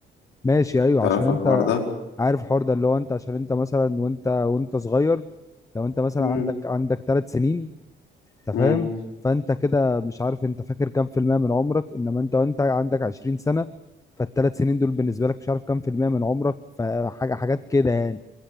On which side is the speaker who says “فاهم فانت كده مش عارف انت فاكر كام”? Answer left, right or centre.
Left